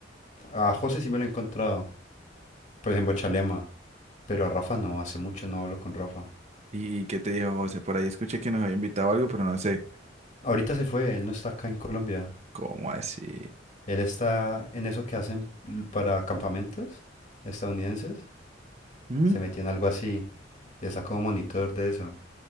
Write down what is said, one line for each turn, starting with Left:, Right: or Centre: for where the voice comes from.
Left: A José sí me lo he encontrado. Pues en Bochalema. Pero a Rafa no, hace mucho no hablo con Rafa.
Right: ¿Y qué te dijo José? Por ahí escuché que nos había invitado a algo, pero no sé.
Left: Ahorita se fue, él no está acá en Colombia.
Right: ¿Cómo así?
Left: Él está en eso que hacen l- para campamentos estadounidenses.
Right: Mm.
Left: Se metió en algo así Ya sacó un monitor de eso.